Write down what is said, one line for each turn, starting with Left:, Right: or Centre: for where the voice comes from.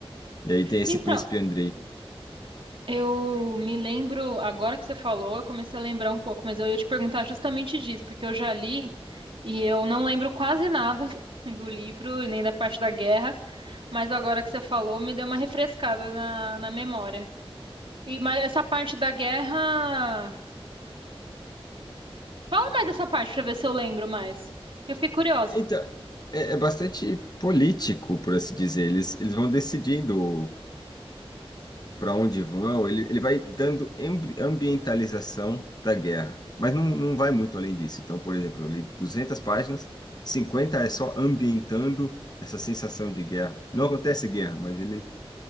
Left: E aí tem esse
Right: Então,
Left: príncipe Andrei.
Right: eu me lembro, agora que você falou, eu comecei a lembrar um pouco, mas eu ia te perguntar justamente disso, porque eu já li e eu não lembro quase nada <laughs> do livro e nem da parte da guerra, mas agora que você falou, me deu uma refrescada na, na memória. E, mas essa parte da guerra. Fala mais dessa parte pra ver se eu lembro mais. Eu fiquei curiosa.
Left: Então, é, é bastante político, por assim dizer. Eles, eles vão decidindo para onde vão, ele, ele vai dando ambi- ambientalização da guerra, mas não, não vai muito além disso. Então, por exemplo, eu li 200 páginas, 50 é só ambientando essa sensação de guerra. Não acontece guerra, mas ele